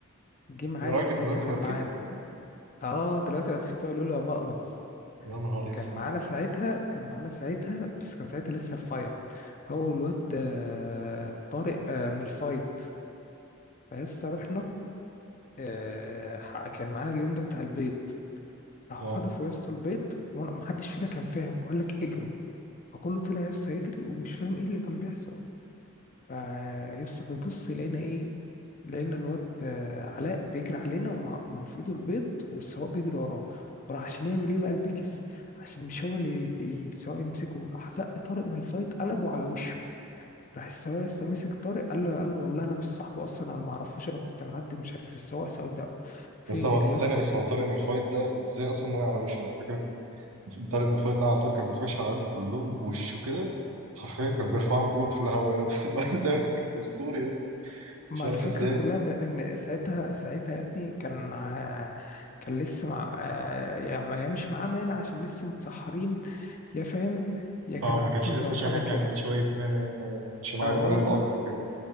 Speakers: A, on the left (about 35°); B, on the right (about 85°).
A: جه معانا
B: يا راجل
A: ساعتها
B: دلوقتي
A: كان
B: بقى تخين
A: معانا اه دلوقتي بقت خفيفة يقولوا له يا بقلظ
B: يا نهار اسود
A: كان معانا ساعتها كان معانا ساعتها بس كان ساعتها لسه رفيع هو والواد آه، طارق آه، من الفايت فلسه رحنا آه، ح- كان معانا اليوم ده بتاع البيض هدفه
B: اه
A: يا اسطى البيض وأنا- محدش فينا كان فاهم وقال لك اجروا فكله طلع يا اسطى يجري ومش فاهم ايه اللي كان بيحصل فيا اسطى بنبص لقينا ايه لقينا الواد آه، علاء بيجري علينا ومع- وفي ايده البيض والسواق بيجري وراه وراح عشان يعمل ايه بقى البكس عشان مش هو اللي يت- السواق يمسكه راح سق طارق من الفايت قلبه على وشه راح السواق يا اسطى مسك طارق قال له قال له والله انا مش صاحبه اصلا انا ما اعرفوش انا كنت معدي ومش عارف السواق سوداء فضل
B: بس هو
A: يا
B: ثانية
A: اسطى
B: بس هو طارق من الفايت ده ازاي أصلا وقع على وشه أنا فاكر طارق مفيد ده على طول كان بيخش على العيال كلهم بوشه كده حرفيا كان بيرفعهم كلهم في الهواء يعني <laughs> الواد ده كان اسطوري يا اسطى
A: ما
B: مش عارف
A: الفكرة
B: ازاي
A: كلها إن إن ساعتها ساعتها يا ابني كان آه، كان لسه مع آه، يا ما- يا مش معاه مانع عشان لسه متسحرين يا فاهم يا كان
B: اه
A: على
B: ما كانش
A: الكول
B: لسه
A: داون
B: شاحن
A: حاجة كده
B: يعني شويه مانا يعني ما ما كانش معايا
A: أو
B: مانا
A: ولا
B: الالت
A: طاق
B: وكده